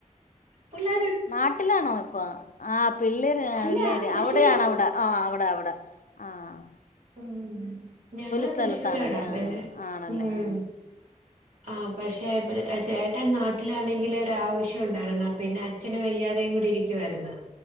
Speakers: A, on the right; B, on the left.
A: പ്പല്ല
B: നാട്ടിലാണോ ഇപ്പ ആഹ് പിള്ളേര്
A: അല്ല
B: പിള്ളേര്
A: തൃശ്ശൂര്
B: അവടെയാണവടെ ആഹ് അവടെ അവടെ ആഹ്
A: മ് ഞങ്ങള്
B: സ്ഥലത്താണല്ലേ
A: തൃശ്ശൂരാടാ പിന്നെ
B: ആ ആണല്ലേ
A: മ്
B: ആ
A: ആഹ് പക്ഷെ പിള ചേട്ടൻ നാട്ടിലാണെങ്കില് ഒരാവശ്യണ്ടായിര്ന്നു പിന്നെ അച്ഛന് വയ്യാതെ കൂടി ഇരിക്കുവാര്ന്നു